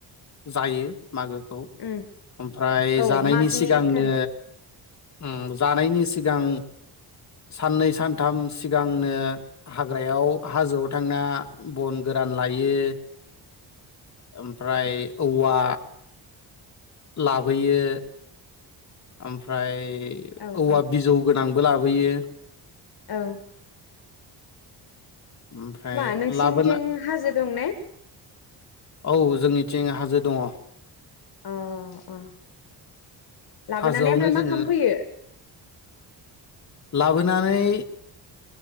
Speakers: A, on the left (about 40°); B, on the left (about 60°).
A: जायो। मागोखौ
B: उम
A: ओमफ्राय
B: औ
A: जानायनि
B: मागनि
A: सिगांनो
B: एक थारिख
A: ओम जानायनि सिगां साननै सानथाम सिगांनो हाग्रायाव हाजोआव थांना बन' गोरान लायो। ओमफ्राय औवा लाबोयो। ओमफ्राय
B: औ
A: औवा
B: औ
A: बिजौ गोद आंबो लाबोयो।
B: औ।
A: ओमफ्राय
B: मा नोंसिनिथिं
A: लाबोना
B: हाजो दं ने?
A: औ जोंनिथिं हाजो दङ।
B: अ अ। लाबोनानै
A: हाजोआवनो
B: ओमफ्राय
A: जोङो
B: मा खालामफैयो?
A: लाबोनानै